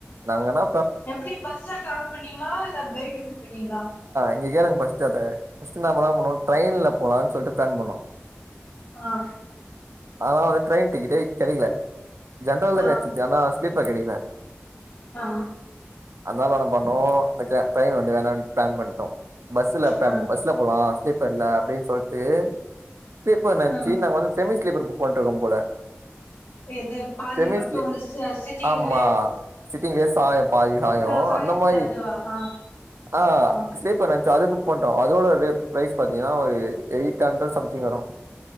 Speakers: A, on the right; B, on the left.
A: நாங்கன்னா
B: எப்டி பஸ்ல ட்ராவல் பண்ணீங்ளா இல்ல பேக் எத்துனு போய்ட்டீங்களா
A: நீங்க கேளுங்க பஸ்ட் அத பஸ்ட் என்ன பண்ணலானு போனோ ட்ரெய்ன்ல போலானு சொல்ட்டு ப்ளான் பண்ணோ
B: ஆஹ்
A: ஆனா வந்து ட்ரெயின் டிக்கிட்டே கெடைக்கல ஜென்ரல்ல
B: ஆ
A: கெச்சிர்ச்சு ஆனா ஸ்லீப் கெடிக்கல
B: ஆஹ்
A: அதனால என்ன பண்ணோ ட்ட ட்ரெயின் வந்து வேணானு பிளான் பண்ட்டோ பஸ்ல ப்ளான்
B: ஆ
A: பஸ்ல போலா <unintelligible> ப்பல்ல அப்டின்ஸ் பேப் பேப்பர் நென்ச்சு
B: ஆ
A: நாங்க வந்து செமி ஸ்லீப்பர் <unintelligible> போட்டுக்கும் போல
B: எது பாதி
A: செமிசி
B: மட்டு வந்து ச சிட்டிங்ல
A: ஆமா சிட்டிங்ல சாயோ பாதி சாயோ
B: ஆ சாயத்து
A: அந்த மாரி
B: அதுவா ஆ
A: ஆஹ்
B: ஆ
A: ஸ்லீப்பர் நன்ச்சு அது புக் பண்றோ அதோட ர ப்ரைஸ் பாத்தீங்கன்னா ஒரு எயிட் அண்ட்ரட் சம்திங்க வரும்